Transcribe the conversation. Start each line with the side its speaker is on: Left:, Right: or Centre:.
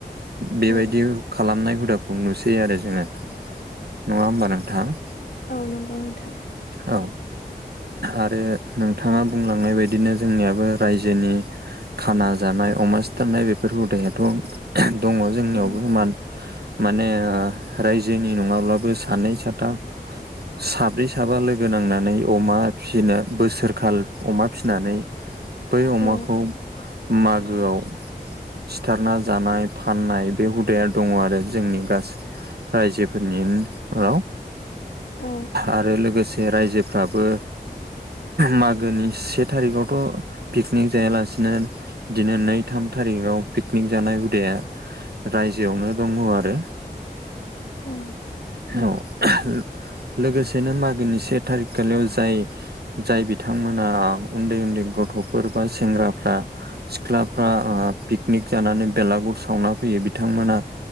Right: बेबायदि
Left: औ
Right: खालामनाय हुदाखौ नुसै आरो जोङो नङा होमबा नोंथां?
Left: औ नंगौ नोंथां।
Right: औ आरो नोंथाङा बुंलांनाय बायदिनो जोंनियाबो रायजोनि खाना जानाय अमा सिथारनाय बेफोर हुदायाथ' दङ जोंनियावबो
Left: औ
Right: मान माने ओ रायजोनि नङाब्लाबो सानै साथाम साब्रै साबा लोगो नांनानै अमा फिनो बोसोरखाल अमा फिनानै बै अमाखौ
Left: औ
Right: मागोआव सिथारना जानाय फाननाय बे हुदाया दङ आरो जोंनि गासै रायजोफोरनिन आव।
Left: औ
Right: आरो लोगोसे रायजोफ्राबो मागोनि से तारिकआवथ' पिकनिक जायालासिनो दिनो नै थाम तारिकाव पिकनिक जानाय हुदाया रायजोआवनो दङ आरो।
Left: औ।
Right: औ। लोगोसेनो मागोनि से थारिख खालियाव जाय जाय बिथांमोना उन्दै उन्दै गथ'फोर बा सेंग्राफ्रा सिख्लाफ्रा ओ पिकनिक जानानै बेलागुर सावना फैयो बिथांमोना